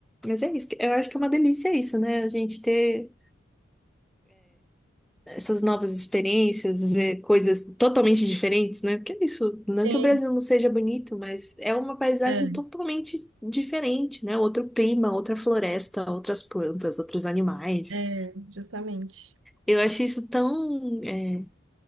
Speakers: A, in the centre; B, on the right.
A: mas é isso. Eu acho que é uma delícia isso, né? A gente ter. essas novas experiências, ver coisas totalmente diferentes, né? Porque é isso, não
B: Sim.
A: que o Brasil não seja bonito, mas é uma paisagem
B: É,
A: totalmente diferente, né? Outro clima, outra floresta, outras plantas, outros animais.
B: é, justamente.
A: Eu acho isso tão, é,